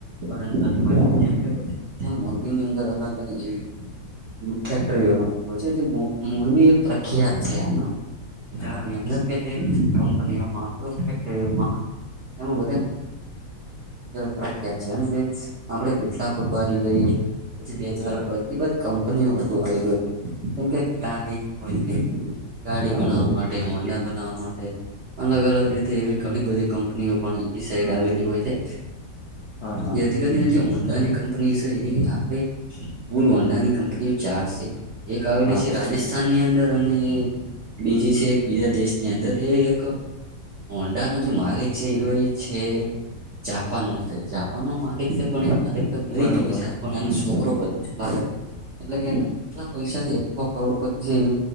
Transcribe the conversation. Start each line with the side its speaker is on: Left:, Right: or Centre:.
Right: પરંત ત મોરબી ની અંદર અલગ અલગ એવી ફેક્ટરીવા છે જે મોરબી પ્રખ્યાત છે આણા ગુજરાત
Left: હા
Right: ની અંદર કે જે કંપનીઓમાં ફેક્ટરીઓમાં એ બધ. પ્રખ્યાત છે અને જો આપડે વિઠલાપુર બાજુ જઈએ. પછી બે ત્રજ
Left: હા
Right: બા એ બધ કંપનીઓ બુ આવી રહ્યું છે જેમકે ગાડી હોય છે ગાડી
Left: હા
Right: બનાવવા માટે હોંડા બનાવવા માટે અલગ અલગ રીતે એવી ઘણી બધી કંપનીઓ પણ ઈ સાઈડ આવેલી હોય છે.
Left: હા હા
Right: જેથી જે હોંડા ની કંપની છે એ આપે કુલ હોંડાની કંપનીઓ ચાર છે. એક આવેલી
Left: હા
Right: છે રાજેશ થાન ની અંદર અને બીજી છે એક બીજા દેશની અંદર એ એક હોંડાનો જે માલિક છે એરો એ છે. જાપાન નો થાય જાપાન નો માલિક છે પણ એ માલિક તો મરી
Left: બરોબર
Right: ગયો છે. પણ એનો છોકરો બધું ચલાવે છે એટલે કે એ કેટલા પૈસા એટ કરોડપતિ છે.